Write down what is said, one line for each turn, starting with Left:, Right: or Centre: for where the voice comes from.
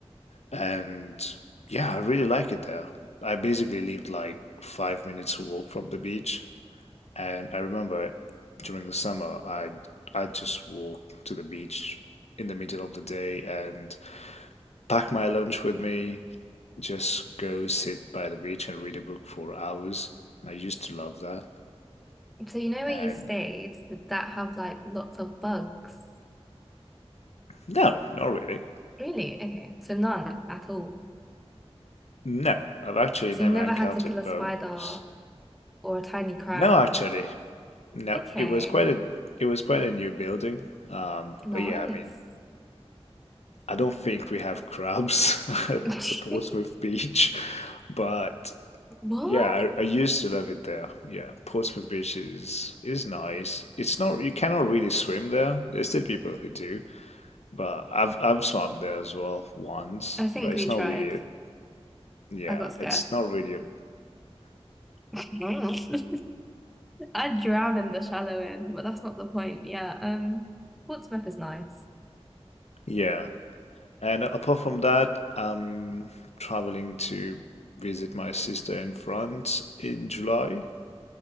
Left: And yeah, I really like it there. I basically lived like five minutes walk from the beach. And I remember during the summer, I I just walk to the beach in the middle of the day and pack my lunch with me, just go sit by the beach and read a book for hours. And I used to love that.
Centre: so you know where
Left: And
Centre: you stayed? Did that have like lots of bugs?
Left: no, not really.
Centre: Really? Okay. So none at all.
Left: No, I've actually
Centre: So
Left: never
Centre: you never
Left: encountered
Centre: had to kill a
Left: bugs.
Centre: spider or a tiny crab.
Left: No, actually, no.
Centre: Okay.
Left: It was quite a it was quite a new building. Um,
Centre: Nice.
Left: but yeah, I mean, I don't think we have crabs <laughs> at
Centre: <laughs>
Left: the Portsmouth beach, but
Centre: What?
Left: Yeah, I, I used to love it there. Yeah, Portsmouth Beach is is nice. It's not you cannot really swim there. There's still people who do, but I've I've swum there as well once,
Centre: I think
Left: but it's
Centre: we tried.
Left: not really a- yeah,
Centre: I got scared.
Left: it's not really a,
Centre: <laughs> I'd drown in the shallow end, but that's not the point. Yeah. Um, Portsmouth is nice.
Left: yeah. And apart from that, I'm traveling to visit my sister in France in July,